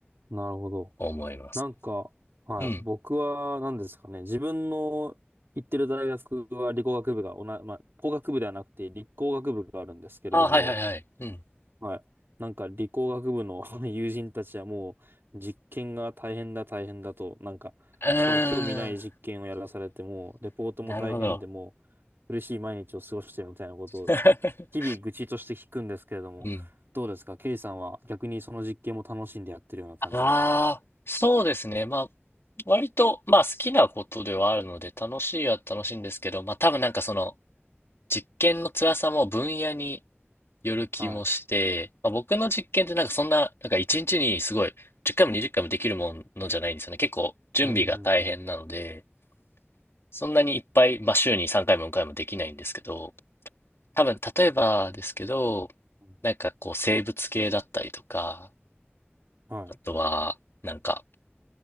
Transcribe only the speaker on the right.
い。なるほど。
なんか、はい。
僕は何ですかね。自分の行ってる大学は理工学部がおな、まあ、工学部ではなくて理工学部があるんですけれども、
はい。なんか理工学部の <laughs> 友人たちはもう実験が大変だ大変だと、なんか、
しかも興味ない実験をやらされても、レポートも大変でも
う苦しい毎日を過ごしてるみたいなことを
日々愚痴として聞くんですけれども、
どうですかケイさんは逆にその実験も楽しんでやってるような感じなんですか
はい。
うん、うん、うん。
うん
はい、